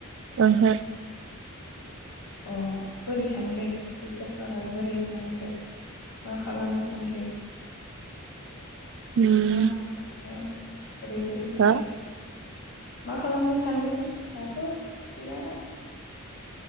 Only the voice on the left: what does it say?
अ बोरै सानखो बेरफोरखौहाय बोरै सानखो मा खालामनो सानखो?
मा खामनो बोरै बोरै सानखो?
मा खालामनो सानगोन दाथ' गैयाना।